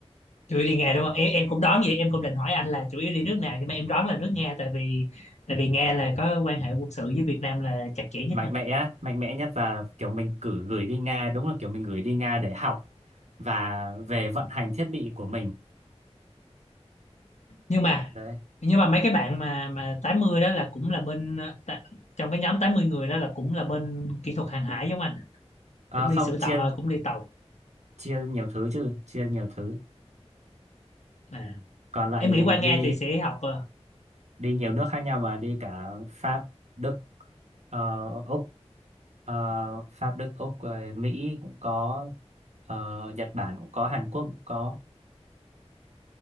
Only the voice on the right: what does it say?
mạnh
mẽ mạnh mẽ nhất và kiểu mình cử gửi đi Nga đúng là kiểu mình gửi đi Nga để học và về vận hành thiết bị của mình
đấy
à,
không
chia
chia nhiều thứ chứ chia nhiều thứ
còn lại
đi
đi nhiều nước khác nhau mà đi cả Pháp Đức ờ, Úc ờ, Pháp Đức Úc rồi Mỹ cũng có ờ, Nhật Bản cũng có Hàn Quốc cũng có